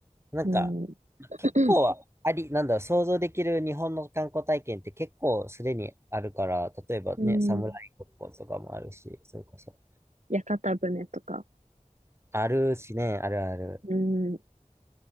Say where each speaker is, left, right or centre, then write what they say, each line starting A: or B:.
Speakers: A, on the right; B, on the right.
A: なんか、
B: うん。<clears throat>
A: 結構あり、なんだろう、想像できる日本の観光体験って結構すでにあるから、例えばね、
B: うん。
A: 侍ごっことかもあるし、それこそ。
B: 屋形船とか。
A: あるしね、あるある。
B: うん。は